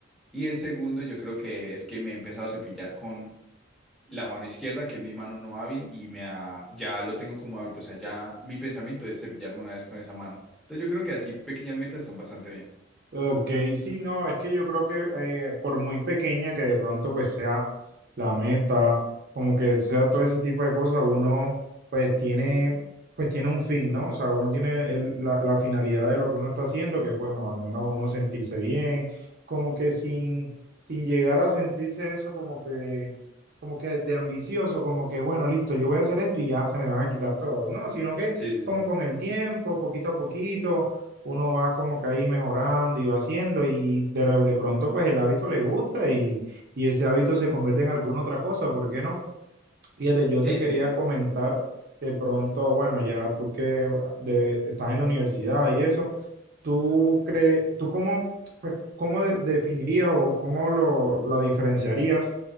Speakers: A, in the centre; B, on the right (about 50°).
A: Y el segundo, yo creo que es que me he empezado a cepillar con la mano izquierda, que es mi mano no hábil, y me ha- ya lo tengo como hábito, o sea, ya mi pensamiento es cepillarme una vez con esa mano. Entonces yo creo que así pequeñas metas están bastante bien.
B: Ok, sí, no, es que yo creo que eh, por muy pequeña que de pronto pues sea la meta, como que sea todo ese tipo de cosas, uno pues tiene, pues tiene un fin, ¿no? O sea, uno tiene el- la, la finalidad de lo que uno está haciendo, que es bueno, al menos uno sentirse bien, como que sin, sin llegar a sentirse eso como que, como que de ambicioso, como que bueno, listo, yo voy a hacer esto y ya se me van a quitar todo, no, sino que
A: Sí, sí,
B: como
A: sí.
B: con el tiempo, poquito a poquito uno va como que ahí mejorando y va haciendo y de, re- de pronto pues el hábito le gusta y, y ese hábito se convierte en alguna otra cosa, ¿por qué no? Fíjate, yo
A: Sí,
B: te quería
A: sí, sí.
B: comentar de pronto, bueno, ya tú que de- estás en la universidad y eso, ¿tú crees, tú cómo, pues, cómo de- definirías o cómo lo, lo diferenciarías